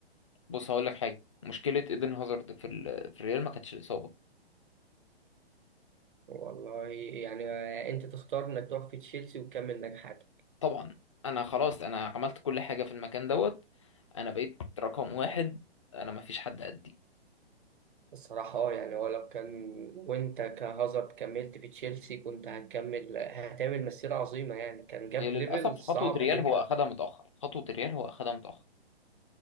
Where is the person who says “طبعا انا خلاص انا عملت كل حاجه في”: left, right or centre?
Left